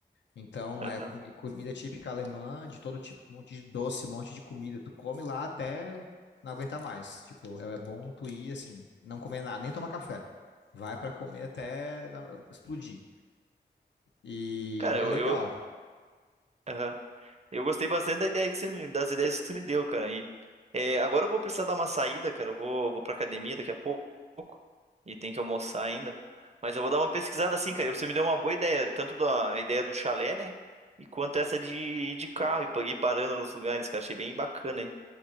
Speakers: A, on the left; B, on the right.
A: Então
B: aham.
A: é comi- comida típica alemã, de todo tipo, um monte de doce, um monte de comida. Tu come lá até não aguentar mais. Tipo, é é bom tu ir assim, não comer nada, nem tomar café. Vai pra comer até não- explodir. E,
B: Cara,
A: e
B: eu,
A: é legal.
B: eu, aham. Eu gostei bastante da ideia que você me- das ideias que você me deu, cara. E, é, agora eu vou precisar dar uma saída, cara. Eu vou, vou pra academia daqui a pouco. E tem que almoçar ainda. Mas eu vou dar uma pesquisada assim, cara. Você me deu uma boa ideia, tanto da a ideia do chalé, né? E quanto essa de ir de carro e pa- ir parando nos lugares, cara. Achei bem bacana, hein?